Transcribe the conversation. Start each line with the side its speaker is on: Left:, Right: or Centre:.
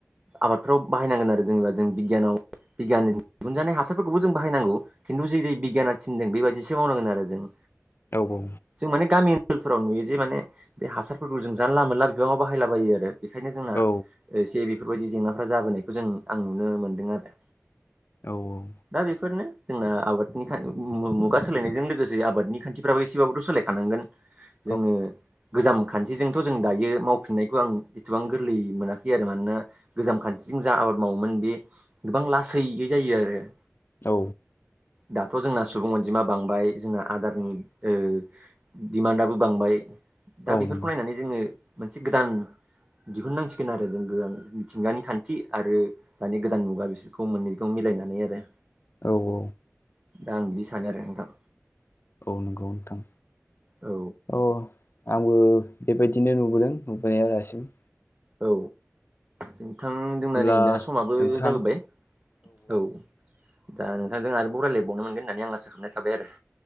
Right: आबादफ्राव बाहायनांगोन आरो जेनेबा जों बिगियानाव बिगियाननि दिहुन जानाय हास फोरफोरखौबो जों बाहायनांगौ खिन्थु जेरै बिगियाना थिनदों बेबायदिसो मावनांगोन आरो जों।
Left: औ औ।
Right: जों माने गामि ओनसोलफोराव नुयो जे माने बे हासारफोरखौ जों जानला मोनला बिबाङाव बाहायलाबायो आरो। बेखायनो जोंना
Left: औ
Right: ओ एसे बेफोरबायदि जेंनाफ्रा जाबोनायखौ जों आं नुनो मोनदों आरो।
Left: औ औ।
Right: दा बेफोरनो जोंना आबादनि मुगा सोलायनायजों लोगोसे आबादनि खान्थिफ्राबो एसेबाबोथ' सोलायखानांगोन।
Left: <inaudible>
Right: जोङो। गोजाम खान्थिजोंथ' जों दायो मावफिननायखौ आं एसेबां गोरलै मोनाखै आरो मानोना। गोजाम खान्थिजों जा आबाद मावोमोन बे गोबां लासैयै जायो आरो।
Left: औ।
Right: दाथ' जोंना सुबुं अनजिमा बांबाय जोंना आदारनि ओ। दिमान्डआबो बांबाय दा
Left: औ
Right: बेफोरखौ
Left: नंगौ
Right: नायनानै जोङो मोनसे गोदान। दिहुननांसिगोन आरो जों गोबां मिथिंगानि खान्थि आरो। दानि गोदान मुगा बिसोरखौ मोननैगाव मिलायनानै आरो।
Left: औ औ।
Right: दा आं बिदि सानो आरो नोंथां।
Left: औ नंगौ नोंथां
Right: औ
Left: अ आंबो बेबायदिनो नुबोदों नुबोनाया दासिम।
Right: औ नोंथां
Left: होमब्ला
Right: जोंनानै दा समाबो
Left: नोंथां
Right: जाबोबाय औ। दा नोंथांजों आरो बरायलायबावनो मोनगोन होननानै आं आसा खालामनाय थाबाय आरो।